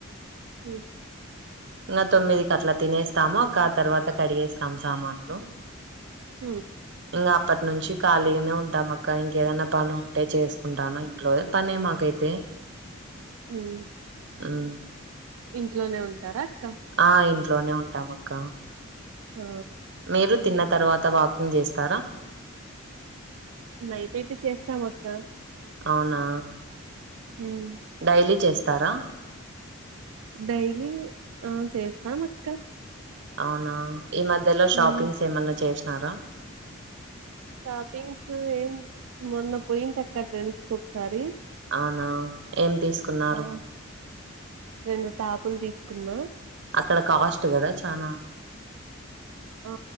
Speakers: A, on the right; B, on the right.
A: మ్మ్
B: ఇంగా తొమ్మిది కట్లా తినేస్తాము అక్క ఆ తర్వాత కడిగేస్తాము సామాన్లు
A: మ్మ్
B: ఇంగా అప్పటి నుంచి ఖాళీగానే ఉంటాం అక్క ఇంకేదన్న పని ఉంటే చేసుకుంటాను ఇంట్లో పనే మాకైతే <inaudible>
A: అవున
B: మ్మ్
A: ఇంట్లోనే ఉంటారా అక్క
B: ఆ ఇంట్లోనే ఉంటాం అక్క
A: ఆ
B: మీరు తిన్న తర్వాత వాకింగ్ చేస్తారా
A: నైట్ అయితే చేస్తాం అక్క
B: అవునా
A: ఉమ్
B: డైలీ చేస్తారా
A: డైలీ ఆ చేస్తాం అక్క
B: అవునా ఈ మధ్యలో షాపింగ్స్
A: ఉమ్
B: ఏమన్నా చేసినారా
A: షాపింగ్స్ ఏం మొన్న పోయింటి అక్క ట్రెండ్స్ కు ఒకసారి
B: అవునా ఏం తీసుకున్నారు
A: ఆ రెండు టాపులు తీసుకున్నా
B: అక్కడ కాస్ట్ కదా చానా
A: ఆ